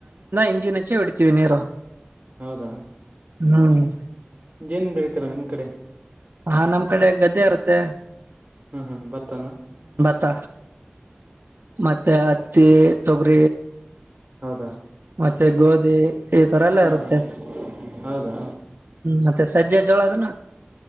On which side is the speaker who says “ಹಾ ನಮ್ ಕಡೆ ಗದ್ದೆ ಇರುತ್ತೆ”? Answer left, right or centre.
Right